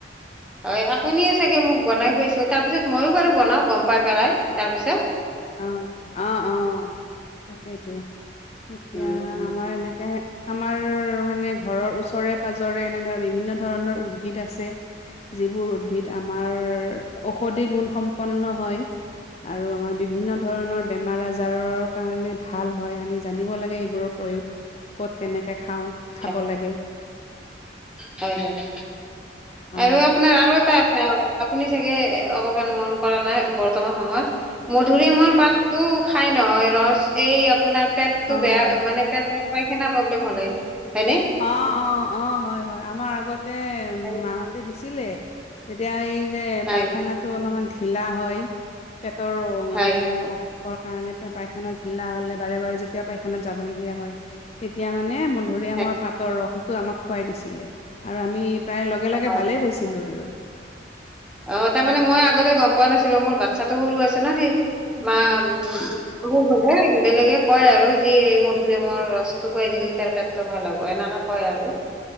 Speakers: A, in the centre; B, on the left (about 35°).
A: হয় আপুনিয়ে চাগে মোক বনাই খুাইছিল তাৰ পিছত মইো বাৰু বনাওঁ গম পাই পেলাই তাৰপিছত
B: অ অ অ তাকেইতো এতিয়া
A: উম
B: আমাৰ এনেকে আমাৰ মানে ঘৰৰ ওচৰে পাজৰে এনে বিভিন্ন ধৰণৰ উদ্ভিদ আছে যিবোৰ উদ্ভিদ আমাৰ অ ঔষধি গুণ সম্পন্ন হয় আৰু আমাৰ বিভিন্ন ধৰণৰ বেমাৰ আজাৰৰ কাৰণে ভাল হয়। আমি জানিব লাগে এইবোৰৰ প্ৰয়োগ কত কেনেকে খাও খাব
A: হয়
B: লাগে
A: হয় হয়
B: অ
A: আৰু আপোনাৰ আৰু এটা আপুনি চাগে অকমান মন কৰা নাই বৰ্তমান সময়ত মধুৰি আমৰ পাতটো খাই নহয় ৰস এই আপোনাৰ পেটতটো
B: অ
A: বেয়া মানে পেট পাইখা প্ৰব্লেম হলে। হয়নে
B: অ অ অ হয় হয় আমাৰ আগতে
A: হয়
B: মা হতে দিছিলে। এতিয়া এই যে
A: হয়
B: পাইখানাটো অলপমান ঢিলা হয়। পেটৰ মানে
A: হয়
B: অ কাৰণে পাইখানাত ঢিলা হলে বাৰে বাৰে যেতিয়া পায়খানাত যাবলগীয়া হয় তেতিয়া মানে ধৰি আমাৰ
A: হয়
B: পাতৰ ৰসটো আমাক খোৱাই দিছিলে আৰু আমি প্ৰায় লগে লগে
A: অ'
B: ভালেই পাইছিলো আৰু
A: অ তাৰমানে মই আগতে গম পোৱা নাছিলো মোৰ বাচ্ছাতটো সৰু আছে ন সেই
B: উ
A: মা উ অ হলে বেলেগে কয় আৰু যি এই মধুমৰ ৰসটো খুৱাই দিলি তাৰ পেটটো ভাল হ'ব এ তেনেকে কয় আৰু